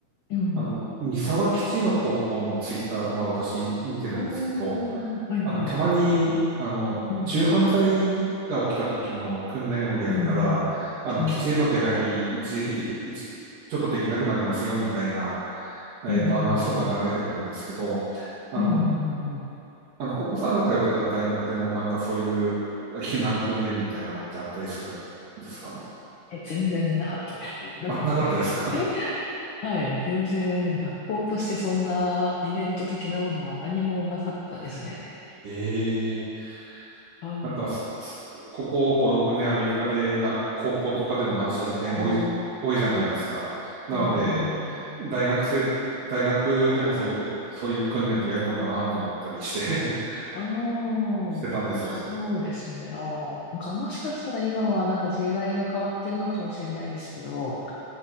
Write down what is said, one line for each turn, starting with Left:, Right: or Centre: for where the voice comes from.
Left: うんうん。
Right: あの、三沢基地の広報のツイッター、まあ私見てるんですけど、
Left: おー、はいはい。
Right: あの、たまに、あの、
Left: うん
Right: 銃犯罪が起きた時の訓練をやるから、
Left: うん。うんうん。
Right: あの、
Left: うんうん。
Right: 基地への出入り、一時期でき、一、ちょっとできなくなりますよ、みたいな、
Left: うんうんうんうん。
Right: えっと、アナウンスとか流れてくるんですけど、あの、
Left: うんうんうんうん。
Right: あの、ここさんが通ってた大学でもなんかそういう避難訓練みたいなのってあったりするんですか
Left: え、全然見なかったです。<laughs>
Right: あ、なかったですか
Left: はい、全然学校としてそんなイベント的なものは何もなかったですね。
Right: <laughs> ええ
Left: はい。
Right: なんかす、すここ5、6年アメリカでな高校とかでの乱射事件多い、
Left: ああ、うん
Right: 多いじゃないですか。なので、
Left: うんうんうん。
Right: 大学生、大学でもそういうこ、そういう訓練ってやるのかなと思ったりして
Left: ああ、
Right: <laughs> してたんですよ。
Left: そうですね。ああ、なんかもしかしたら今はなんか時代が変わってるのかもしれないですけど、